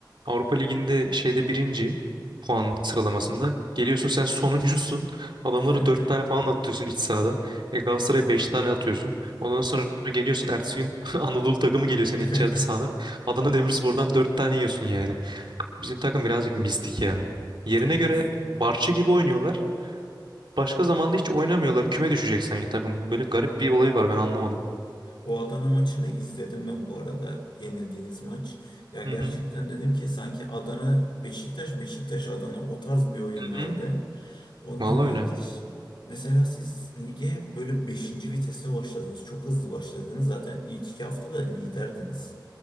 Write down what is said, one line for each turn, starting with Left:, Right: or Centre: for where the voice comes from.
Right: Avrupa Ligi'nde şeyde birinci puan sıralamasında geliyorsun sen sonuncusun <laughs> adamları
Left: <laughs>
Right: dört tane falan atıyorsun iç sahada e Galatasaray'a beş tane atıyorsun ondan sonra geliyorsun ertesi gün <laughs> Anadolu takımı geliyor senin
Left: <laughs>
Right: içeride sahada Adana Demirspor'dan dört tane yiyorsun yani bizim takım birazcık mistik ya yerine
Left: Çok
Right: göre
Left: mistik.
Right: Barça gibi oynuyorlar başka zamanda hiç oynamıyorlar küme düşecek sanki takım böyle garip bir olayı var ben anlamadım.
Left: O Adana maçını izledim ben bu arada. Yenildiğiniz maç. Ya gerçekten
Right: Hı hı.
Left: dedim ki sanki Adana Beşiktaş Beşiktaş Adana o tarz bir oyun
Right: Hı hı.
Left: vardı. Ondan
Right: Vallahi
Left: hariç
Right: öyle.
Left: mesela siz lige böyle beşinci viteste başladınız. Çok hızlı başladınız. Zaten ilk iki haftada liderdiniz.